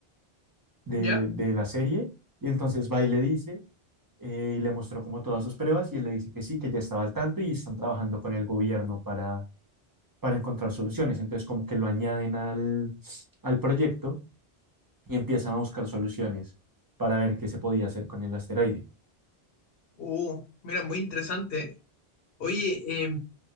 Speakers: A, on the right; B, on the left.
A: de,
B: ¿Ya?
A: de la serie. Y entonces va y le dice, eh, y le mostró como todas sus pruebas, y él le dice que sí, que ya estaba al tanto y están trabajando con el gobierno para, para encontrar soluciones. Entonces como que lo añaden al, al proyecto y empiezan a buscar soluciones para ver qué se podía hacer con el asteroide.
B: Uh, mira, muy interesante. ¿eh? Oye, eh,